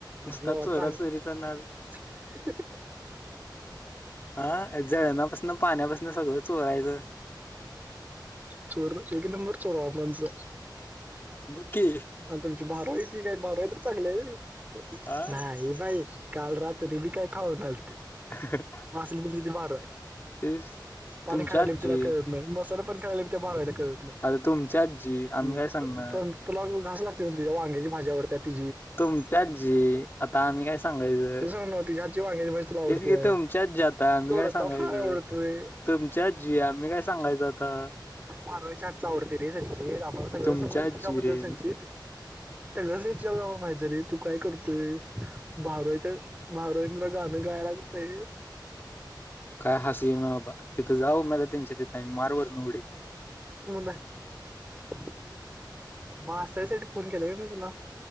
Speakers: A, on the left; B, on the right.
A: नुसता
B: असल्यावर
A: चोरा
B: चांग
A: चोरीचा नाद
B: <unintelligible>
A: हा जळणापासून पाण्यापासून सगळं. चोरायचं
B: चोर एक नंबर चोर ऑपनस.
A: बघ की
B: आ तुमची भाराई ती काही भाराई तर चांगलंय
A: हा
B: नाही बाई. काल रात्री बी काय खाऊ लालते.
A: <unintelligible>
B: असल त ती वार आहे
A: तेच
B: पाणी
A: तुमच्या
B: खायला
A: आजी
B: बी तिला कळत नाही <unintelligible>
A: आता तुमची आजी आम्ही
B: हम्म
A: काय सांगणार?
B: पण तुला घास लागते ना तिच्या वांग्याची भाज्यावर त्या ति
A: तुमची आजी आता आम्ही काय सांगायचं
B: ते सांग ना तिच्या हातची वांग्याची भाजी तुला आवडत्या.
A: तेच की तुमची आज्जी आता आम्ही
B: दोडका
A: काय सांगायचं
B: फ्राय आवडतोय.
A: तुमची आजी आम्ही काय सांगायचं आता?
B: भाराई हातच आवडते रे संचित आम्हाला सगळं
A: तुमच्या
B: समज तीच्याबद्दल
A: जिरे
B: संचित. सगळंच विचारलं मातरी तू काय करतोयस भाराईच भाराईन गाणं गायला लागतंय.
A: काय हसू येई ना बाबा, तिथं जाऊ मला त्यांच्या तिथ आ मारवत निवडी.
B: मा हसाय साठी फोन के केलय मी तुला,